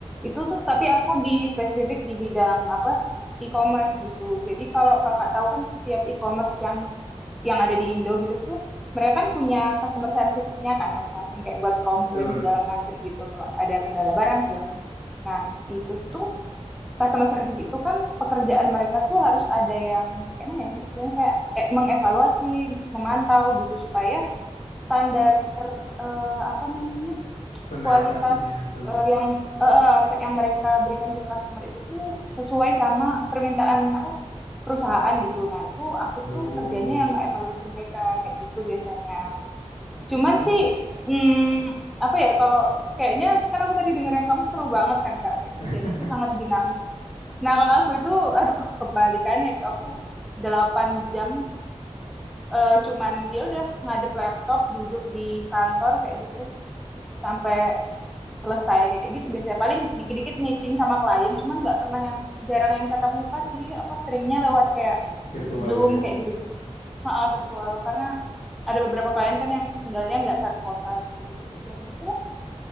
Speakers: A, in the centre; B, on the left.
A: Itu tuh tapi aku di spesifik di bidang apa? e-commerce gitu. Jadi kalau kakak tahu kan setiap e-commerce yang yang ada di Indo gitu tuh mereka kan punya customer service-nya kan masing-masing kayak buat komplain
B: Betul,
A: segala macam gitu kalau ada kendala barang segala macam. Nah, itu tuh customer service itu kan pekerjaan mereka tuh harus ada yang kayak mana ya istilahnya kayak eh, mengevaluasi, memantau gitu supaya standar eh, apa namanya
B: standar
A: kualitas
B: operasinya itu.
A: eh, yang eh, eh, yang mereka berikan ke customer itu tuh sesuai sama permintaan apa perusahaan gitu. Nah, itu aku
B: Oh,
A: tuh kerjanya yang evaluasi mereka kayak gitu biasanya. Cuman
B: oh.
A: sih hmm, apa ya kalau kayaknya kan aku tadi denger yang kamu seru banget kan Kak, kayak
B: <laughs>
A: kerjanya itu sangat dinamis. Nah, kalau aku itu aduh kebalikannya itu aku 8 jam eh, cuman ya udah ngadep laptop, duduk di kantor kayak gitu sampai selesai kayak gitu biasanya paling dikit-dikit meeting sama klien cuman nggak pernah yang jarang yang tatap muka sih apa seringnya lewat kayak
B: virtual
A: zoom
B: itu ya.
A: kayak gitu gitu maaf virtual karena ada beberapa klien kan yang tinggalnya nggak satu kota gitu jadi ya gitu lah